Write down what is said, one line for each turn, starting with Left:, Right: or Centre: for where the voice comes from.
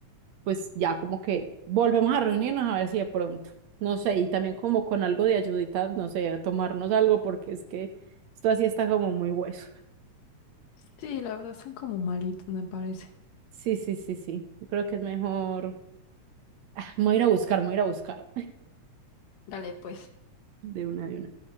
Right: pues ya como que volvemos a reunirnos a ver si de pronto, no sé, y también como con algo de ayudita, no sé, tomarnos algo porque es que esto así está como muy hueso.
Left: Sí, la verdad están como malitos, me parece.
Right: Sí, sí, sí, sí. Yo creo que es mejor. Me voy a ir a buscar, me voy a ir a buscar
Left: Dale, pues.
Right: de una de una.